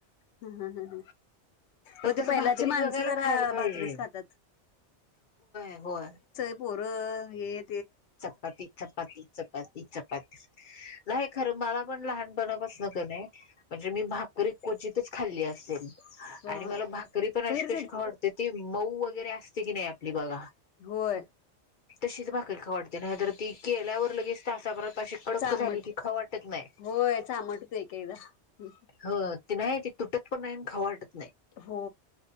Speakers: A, on the left; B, on the left.
A: ह् ह ह ह
B: पण
A: मग ते
B: तसं
A: पहिलाची
B: भाकरी
A: माणसं
B: बघायला
A: जरा
B: खायला
A: भाकरीच
B: होय
A: खातात
B: होय
A: पर ये
B: चपाती चपाती चपाती चपाती नाही खरं मला पण लहानपणापास नक नाही म्हणजे मी भाकरी कोची खाली असे
A: ह
B: आणि मला भाकरी पण अशी
A: बहिरच आहेत
B: कशी खवडते
A: की
B: ती मऊ वगैरे असते की नाही आपली बघा
A: होय
B: तशीच भाकरर खवडते त्यार ती केल्यावर लगेच तासा परत अशी कडक
A: चामट
B: झाली की ख वाटत नाही
A: होय चामट होतय एक एकदा
B: ह नाही त ते तुटत पण नाही खावा वाटत
A: हो